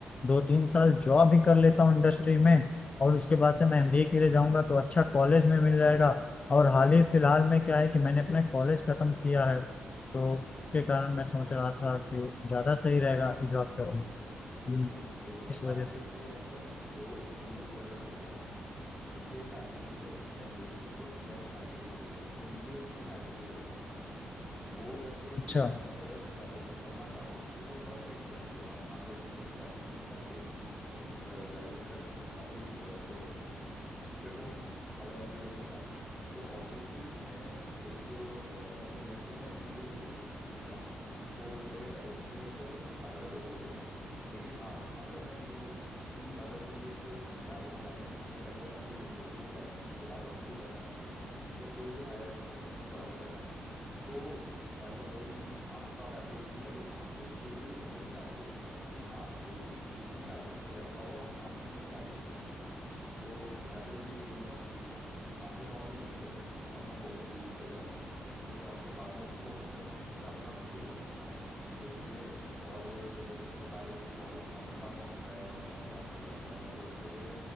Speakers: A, on the left; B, in the centre.
A: दो तीन साल जॉब ही कर लेता हूँ इंडस्ट्री में और उसके बाद से मैं एमबीए के लिए जाऊंगा तो अच्छा कॉलेज में मिल जाएगा और हाल ही फिलहाल में क्या है कि मैंने अपना कॉलेज खत्म किया है तो उसके
B: हम्म हम्म।
A: कारण मैं सोच रहा था कि ज्यादा सही रहेगा जॉब करना हम्म,
B: नहीं देखो
A: इस
B: पैकेज
A: वजह से
B: जो है जो एक्सपीरियंस होल्डर्स होते हैं उनके पैकेज अच्छे लगते हैं लेकिन जो फ्रेश कैंडिडेट्स होते हैं उनके भी पैकेजेस अच्छे लगते हैं वो जस्ट एक
A: अच्छा
B: कंपेयर का अगर तुम करना चाहो तो वो वर्क एक्स है उनके पास मान लो कि तुम अभी ग्रेजुएशन करके और उस ग्रेजुएशन करके तुम नौकरी अ, ले ले रहे हो फिर तुम अगर एमबीए करने जा रहे हो तो ऑब्वियसली तुमने एक अ, उस इंडस्ट्री का एक्सपीरियंस लिया हुआ है ठीक है ना तो उस जगह का जो एक्सपीरियंस है वो तुम्हें फायदा जरूर देगा लेकिन हाँ अगर मैं ये बोलूं कि अगर कोई एक नया बच्चा है जिसने पहले नौकरी नहीं करी वो ग्रेजुएशन के बाद एमबीए कर रहा है या कोई भी हायर एजुकेशन में पढ़ाई कर रहा है तो ऐसा जरूरी नहीं है कि आपका पैकेज ही लगेगा उसके भी उतने ही चांसेस हैं कि हाँ वो भी उसी पैकेज पे बैठा हो और आप भी उसी पैकेज पे बैठे हो तो मैं तो इसलिए यही बोलूंगा कि अभी नौकरी मत करो अपना फोकस लूज कर जाओगे ठीक है ना और फिर बाद में रीफोकस करना क्या पता मुश्किल हो सकता है तो इसलिए और जैसे तुम बता रहे हो कि कॉलेज अच्छा कौन सा है और कौन सा मीडियोकर है तो उसके लिए